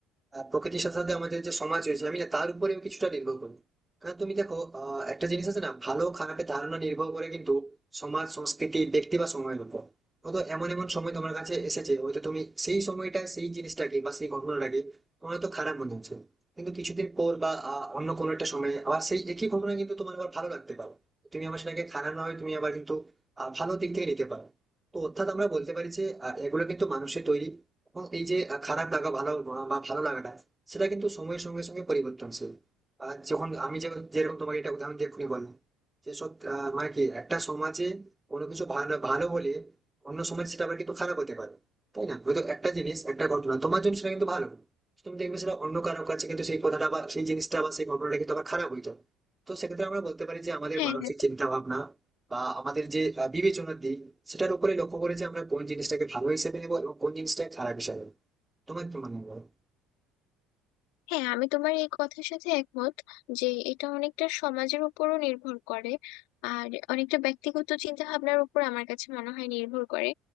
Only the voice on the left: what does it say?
হ্যাঁ
হ্যাঁ
হ্যাঁ আমি তোমার এই কথার সাথে একমত যে এটা অনেকটা সমাজের উপরও নির্ভর করে আর অনেকটা ব্যক্তিগত চিন্তা ভাবনার উপর আমার কাছে মনে হয় নির্ভর করে